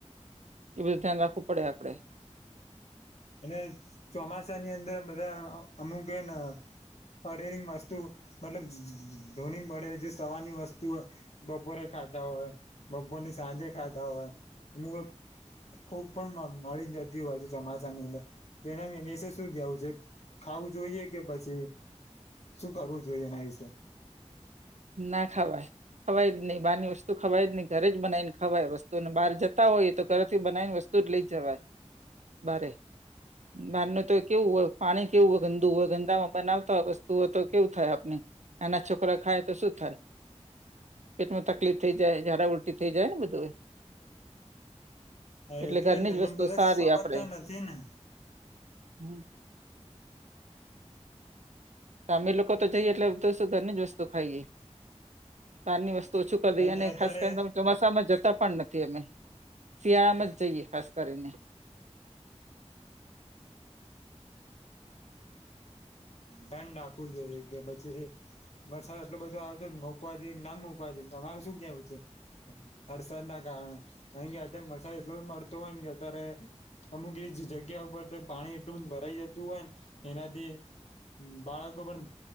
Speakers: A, on the right (about 80°); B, on the left (about 65°).
A: એ બધું ધ્યાન રાખવું પડે આપડે
B: અને ચોમાસાની અંદર બધા અમુક હેન પડેલી વસ્તુ મતલબ ધોની પળેલી જે સવાર ની વસ્તુ બપોરે ખાતા હોય બપોરની સાંજે ખાતા હોય <unintelligible> ફૂગ પણ મ મળી ને જતી હોય છે, ચોમા સાની અંદર તો એના શું કેવું છે, ખાવું જોઈએ કે પછી શું કરવું જોઈએ એના વિશે
A: ના ખાવાય ખવાય જ ની બારની વસ્તુ ખવા જ ની ઘરે જ બનાવી ને ખવાય વસ્તુ બાર જતા હોય તો ઘરથી બનાવી ને વસ્ તુ જ લે જવાય બારે બાર નુ તો કેવું હોય પાણી કેવું હોય ગંદુ હોય ગંદામાં બનાવતા હોય વસ્તુ હોય તો કેવું થાય આપને નાના છોકરા ખાય તો શું થાય પેટમાં તકલીફ થઈ જાય જાડા ઉલટી થઈ જાય ને બધું એ
B: હા
A: એટલે ઘરની
B: ને
A: જ
B: પણ
A: વસ્તુ
B: બધા
A: સારી
B: સમજતા
A: આપણેે
B: નથી ને
A: હમ. <unintelligible> લોકો તો જઈએ એટલે <unintelligible> ઘરની જ વસ્તુ ખાઈએ તારની વસ્તુ ઓછું કરી દીએ
B: અને
A: ને
B: અત્યારે
A: ખાસ <unintelligible> ચોમાસામાં જતા પણ નથી અમે શિયાળામાં જ જઈએ ખાસ કરીને
B: ધ્યાન રાખવું જોઈએ કે પછી વરસાદ એટલો બધો આવતો મોકવા જોઈએ કે નામ મોકવા જોઈએ તમારે શું કેવું છે. વરસાદના કારણે અહી ગયા વરસાદ એટલું <unintelligible> હોય ને કે અત્યારે અમુક એવી જ જગ્યા ઉપર પાણી એટલું ભરાઈ જતું હોય ને એનાથી બાળકો પણ